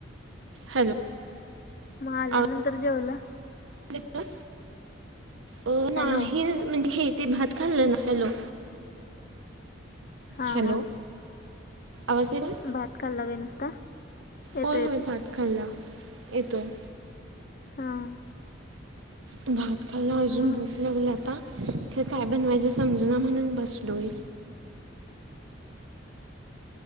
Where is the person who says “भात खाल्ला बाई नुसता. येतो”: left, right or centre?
Left